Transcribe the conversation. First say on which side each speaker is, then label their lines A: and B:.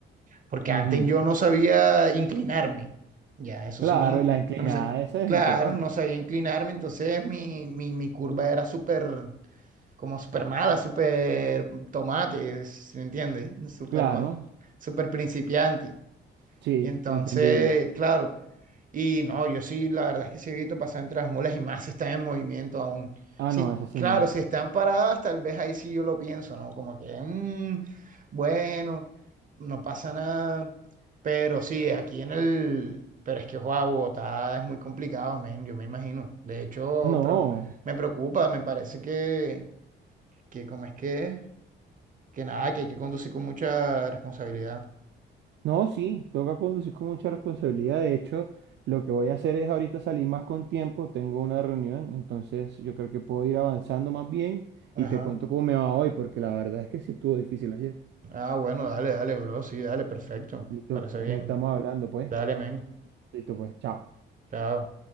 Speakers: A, on the right; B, on the right.
A: Porque
B: Ujú.
A: antes yo Ujú. no sabía inclinarme. Ya, eso
B: Claro,
A: sí, no, no
B: y la inclinada,
A: me sabía.
B: esa es
A: Claro,
B: importante.
A: no sabía inclinarme. Entonces mi, mi, mi curva era súper, como súper mala, súper tomate, ¿sí me entiendes? Súper
B: Claro,
A: ma- Ujú. súper principiante.
B: sí,
A: Y entonces,
B: entendible.
A: claro. Y no, yo sí, la verdad es que sí evito pasar entre las mulas y más si están en movimiento aún.
B: Ah,
A: Sí,
B: no, esa sí
A: claro,
B: no.
A: si están paradas, tal vez ahí sí yo lo pienso, ¿no? Como que, mm, bueno, no pasa nada. Pero sí, aquí en el... Pero es que, guau, Bogotá es muy complicado, men, yo me imagino. De hecho,
B: No,
A: preocu- No. me preocupa, me parece que, que ¿cómo es que es? Que nada, que hay que conducir con mucha responsabilidad.
B: no, sí, toca conducir con mucha responsabilidad. De hecho, lo que voy a hacer es ahorita salir más con tiempo, tengo una reunión, entonces yo creo que puedo ir avanzando más bien
A: Ajá.
B: y te cuento cómo me va hoy, porque la verdad es que sí estuvo difícil ayer.
A: Ah, bueno, dale, dale, bro, sí, dale, perfecto.
B: Listo,
A: Parece
B: ahí
A: bien.
B: nos estamos hablando, pues.
A: Dale, men.
B: Listo, pues, chao.
A: Chao.